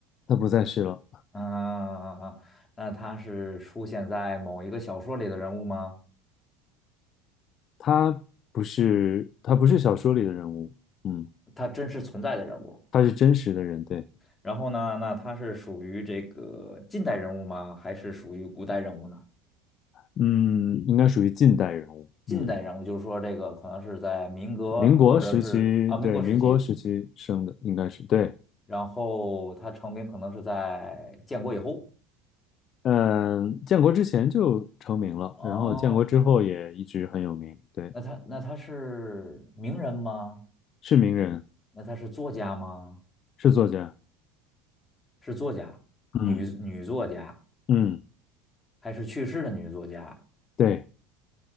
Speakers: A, on the left; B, on the left.
A: 她不在世了。
B: 嗯嗯嗯，嗯那他是出现在某一个小说里的人物吗？
A: 他不是他不是小说里的人物，嗯，
B: 他真实存在的人物。
A: 他是真实的人，对，
B: 然后呢，那他是属于这个近代人物吗？还是属于古代人物呢？
A: 嗯，应该属于近代人物，
B: 近代人物就是说，
A: 嗯，
B: 这个可能是在民国或者是啊民国时期，
A: 民国时期，对，民国时期生的，应该是对，
B: 然后他成名可能是在建国以后。
A: 嗯，建国之前就成名了，
B: 哦，
A: 然后建国之后也一直很有名，对，
B: 那他那他是名人吗？
A: 是名人，
B: 那他是作家吗？
A: 是作家，
B: 是作家，
A: 嗯
B: 女女作家
A: 嗯，
B: 还是去世的女作家？
A: 对，